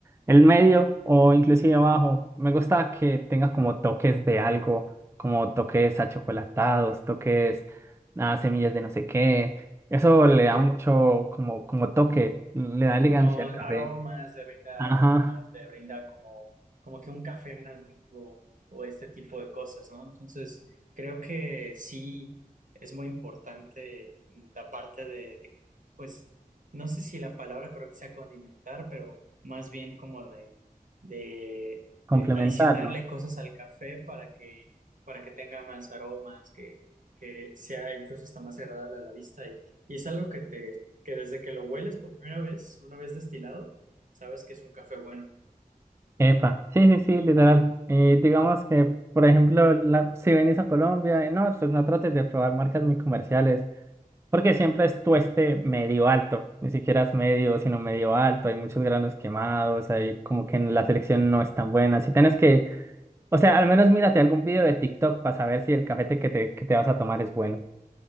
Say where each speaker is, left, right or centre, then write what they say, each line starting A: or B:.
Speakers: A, on the right (about 20°); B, on the right (about 60°).
A: El medio o inclusive abajo, me gusta que tenga como toques de algo, como toques achocolatados, toques a semillas de no sé qué. Eso le da
B: Sí,
A: mucho como, como toque, le da elegancia
B: como aromas,
A: al café.
B: le brinda
A: Ajá,
B: aromas, le brinda como, como que un café más vivo o este tipo de cosas, ¿no? Entonces, creo que sí es muy importante mm, la parte de, de, pues, no sé si la palabra correcta sea condimentar, pero más bien como de, de
A: complementarlo.
B: eh, adicionarle cosas al café para que, para que tenga más aromas, que, que sea incluso hasta más agradable a la vista y, y es algo que te que desde que lo hueles por primera vez, una vez destilado, sabes que es un café bueno.
A: Epa, sí, sí, sí, literal. Y digamos que, por ejemplo, la, si venís a Colombia, eh, no, pues no trates de probar marcas muy comerciales. Porque siempre es tueste medio alto, ni siquiera es medio, sino medio alto, hay muchos granos quemados, hay como que en la selección no es tan buena. Si tienes que, o sea, al menos mírate algún video de TikTok para saber si el cafete que te, que te vas a tomar es bueno.